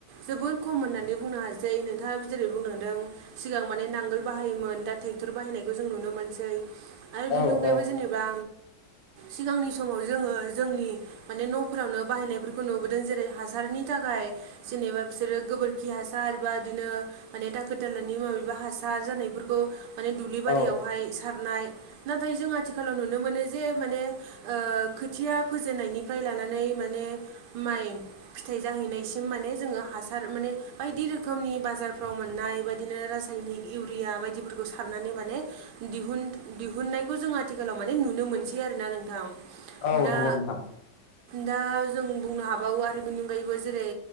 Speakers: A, on the right; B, on the left.
A: जोबोर खम होननानै बुंनो हासै नोंथाङाबो जेरै बुंनो हादों सिगां माने नांगोल बाहायोमोन दा ट्रेक्टर बाहायनायखौ जों नुनो मोनसै आरो
B: औ
A: बिनि अनगायैबो जेनेबा सिगांनि समाव जोङो जोंनि माने न'फोरावनो बाहायनायफोरखौ नुबोदों जेरै हासारनि थाखाय जेनेबा बिसोरो गोबोरखि हासार एबा इदिनो माने दाखोर दालानि माबेबा हासार जानायफोरखौ माने दुब्लि बारियावहाय
B: औ
A: सारनाय नाथाय जों आथिखालाव नुनो मोनो जे माने खोथिया फोजेननायनिफ्राय लानानै माने माइ फिथाइ जाहैनायसिम माने जोङो हासार माने बायदि रोखोमनि बाजारफ्राव मोननाय बादिनो रासायनिक इउरिया बायदिफोरखौ सारनानै माने दिहुन दिहुननायखौ जों आथिखालाव माने नुनो मोनसै आरोना नोंथां
B: औ नंगौ
A: दा
B: नोंथां
A: दा जों बुंनो हाबावो आरो बेनि अनगायैबो जेरै